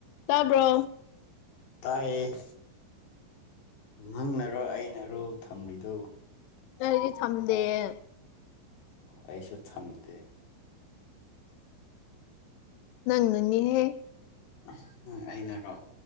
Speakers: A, on the left; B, on the left.
A: ꯇꯥꯕ꯭ꯔꯣ
B: ꯇꯥꯏꯌꯦ ꯅꯪꯅꯔꯣ
A: ꯎꯝ
B: ꯑꯩꯅꯔꯣ ꯊꯝꯔꯤꯗꯨ
A: ꯑꯩꯗꯤ ꯊꯝꯗꯦꯌꯦ
B: ꯑꯣ ꯑꯩꯁꯨ ꯊꯝꯗꯦ
A: ꯅꯪ ꯅꯅꯤꯍꯦ
B: <unintelligible> ꯑꯩꯅꯔꯣ